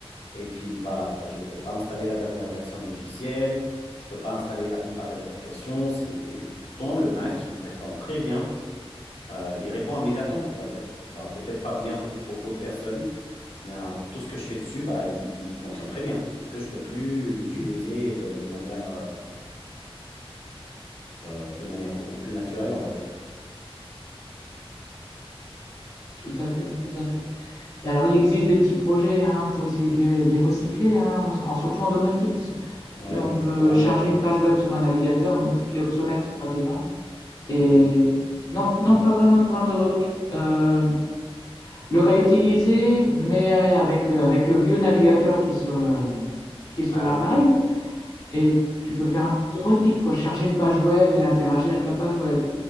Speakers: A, on the left (about 70°); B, on the left (about 35°).
A: Et puis voilà, bah, je ne peux pas installer la dernière version de logiciel. Je ne peux pas installer la plupart des applications. C'est... et Pourtant, le Mac, il performe très bien. Euh, il répond à mes attentes, on va dire. Enfin, peut-être pas bien pour, pour d'autres personnes, Mais euh, pour tout ce que je fais dessus, bah, il, il fonctionne très bien. Sauf que je peux plus l'utiliser
B: Mhm.
A: de, de manière, euh, euh, de manière beaucoup plus naturelle, on va dire.
B: Tout à fait, tout à fait. Et alors il existe des petits projets hein, pour essayer de les, de les recycler, hein, en- surtout en domotique.
A: Ouais,
B: Tu- On peut
A: les programmes
B: charger
A: de reprise.
B: une page web sur un navigateur, même s'il est obsolète, c'est pas très grave. Et
A: Mhm.
B: non, non, pas vraiment de programme de reprise. Euh, le réutiliser, mais euh, avec, euh, avec le vieux navigateur qui est sur le, qui est sur
A: Ah,
B: l'appareil. Et tu peux faire un peu de domotique, quoi, charger une page web et interagir avec la page web.